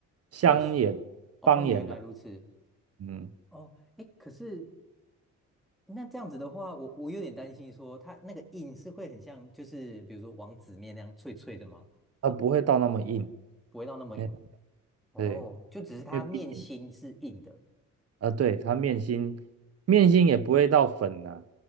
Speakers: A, on the right; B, in the centre.
A: 乡野方言呐、
B: 呃，哦，原来如此。
A: 嗯，
B: 哦，哎，可是那这样子的话，我我有点担心说，它那个硬是会很像，就是比如说王子面那样脆脆的吗？
A: 它不会到那么硬，
B: 不会到那么硬。
A: 哎，
B: 哦，
A: 对，
B: 就只是它面心是硬的。
A: 因为毕竟。啊，对，它面心，面心也不会到粉呐、